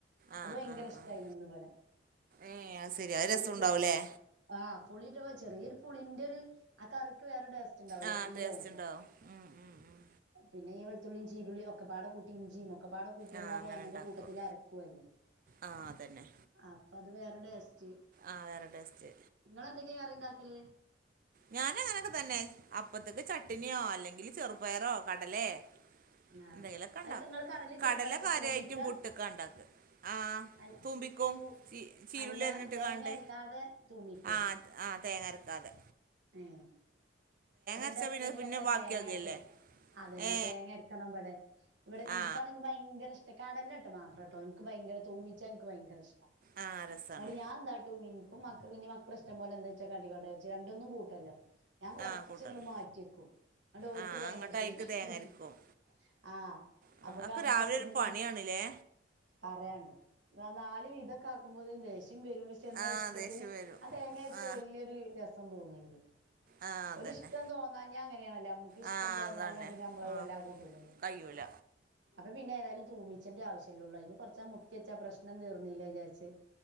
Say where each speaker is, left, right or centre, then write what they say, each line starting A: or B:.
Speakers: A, on the right; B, on the right.
A: ആഹ്
B: അത് ഭയങ്കര
A: ആഹ്
B: ഇഷ്ടായിന്
A: ആഹ്
B: ന്ന്വ്ടെ
A: ഏഹ് അത് ശരി അത്
B: പുളി
A: രസം
B: ഇട്ടിട്ട്
A: ഉണ്ടാവുംല്ലേ
B: ആ പുളിട്മ്പൊ ചെറിയൊര് പുളിന്റെ ര് ആ കറിക്ക് വേറൊരു ടേസ് സ്റ്റ് ണ്ടാവൂല്ലേ
A: ആഹ്
B: പുളിയാവുമ്പൊം
A: ടേസ്റ്റ് ഉണ്ടാവും ഉം ഉം ഉം
B: പിന്നെ ഈ വെളത്തുള്ളിം ചീരുള്ളിം ഒക്കെപ്പാടെ കൂട്ടി ഇഞ്ചിംഒക്കെപ്പാടെ കൂ കൂട്ടി നമ്മള്
A: ആഹ്
B: ആ
A: അങ്ങനെ
B: തേങ്ങേന്റെ
A: ഉണ്ടാക്കും
B: കൂട്ടത്തില് അരക്കുവല്ലേ
A: ആഹ് അതന്നെ
B: അപ്പത് വേറെ ടേസ്റ്റ്
A: ആ വേറെ ടേസ്റ്റ്
B: ങ്ങളെന്തൊക്കേ കറിണ്ടാക്കല്
A: ഞാന് അങ്ങനൊക്കെ തന്നെ അപ്പത്ത്ക്ക് ചട്നിയോ അല്ലെങ്കിൽ ചെറുപയറോ കടലേ
B: ആഹ്
A: എന്തെങ്കിലൊക്കെ
B: അയ്ക്ക്
A: ണ്ടാക്കും
B: ഇങ്ങള് കടലിം
A: കടല
B: ചെറുപ്പയറൊക്കെ
A: കാര്യായിട്ടും
B: തൂമിക്ക
A: പുട്ട്ക്കാണ്ടാക്കാ ആ
B: അല്ല
A: തൂമ്പിക്കും
B: തൂ
A: ചി ചീരുള്ളി
B: അല്ല
A: അരിഞ്ഞിട്ട്കാണ്ട്
B: തേങ്ങ അരക്കാതെ തൂമിക്കേ
A: ആത് ആ തേങ്ങരക്കാതെ
B: ഏ വ്ടെ
A: അരച്ചാൽ
B: ന്റെ ഹസ്ബൻഡിനൊക്കെ
A: പിന്നെ പിന്നെ ബാക്കിയാകുകയല്ലേ
B: തേങ്ങരച്ച് അതന്നെ
A: ഏ
B: തേങ്ങെരക്കണം ഇവടെ ഇവ്ടെ ഇന്ക്കാണെങ്കി
A: ആ
B: ഭയൻ ഭയങ്കര ഇഷ്ടാ കടല ട്ട് മാത്രട്ടോ ന്ക്ക് ഭയങ്കര തൂമിച്ചാ ന്ക്ക് ഭയങ്കര ഷ്ടാ
A: ആ രസമാണ്
B: നെട്ട് ഞാനെന്താട്ടും ഇന്ക്കും മക്കക്കും ഇനി മക്കളെ ഇഷ്ടം പോലെ എന്താച്ചാ കാട്ടിക്കോട്ട വെച്ച് രണ്ട്ന്നും കൂ ട്ടല്ലോ ഞാൻ കൊറച്ച്ങ്ങട്
A: ആ കൂട്ടണം
B: മാറ്റിക്കും ന്നട്ട് ഓൽക്
A: ആ
B: തേങ്ങരച്ചു
A: അങ്ങോട്ട് അതിക്ക്
B: <unintelligible> വെക്കും
A: തേങ്ങ അരക്കും
B: ആ
A: ആ,
B: അമ്ക്ക്
A: അതൊക്കെ
B: അമ്മ്ളെ
A: രാവിലെ
B: ഇഷ്ടത്തിന്ഇൻക്
A: ഒരു പണിയാണല്ലേ
B: പറയാണ്ടൊ ന നാല് വിതൊക്കെ ആക്കുമ്പോതിനാ ദേഷ്യം വെരും പക്ഷെ ചെന്ന
A: ആ
B: ഇഷ്ടത്തിന്
A: ദേഷ്യം വരും
B: ആ തേങ്ങരച്ചെ
A: ആ
B: വലിയൊരു രസം തോന്നില്ലേ
A: ആ അതന്നെ
B: ഒരിഷ്ടം തോന്നഞ്ഞാൽ അങ്ങനെയാണല്ലോ നമക്ക് ഇഷ്ടം
A: ആ
B: തോന്നാഞ്ഞാൽ
A: അതന്നെ
B: പിന്നെ മ്മള് അത്
A: ആ
B: വല്ലാകൂട്ടൂലല്ലോ
A: കഴിയൂല
B: അപ്പൊ പിന്നെ ഏതായാലും തൂമിച്ചേന്റെ ആവിശ്യല്ലേള്ളൂ അയിന് കുറച്ചാമുക്കിച്ചാ പ്രശ്നം തീർന്നീല്ലേ ചാരിച്ച്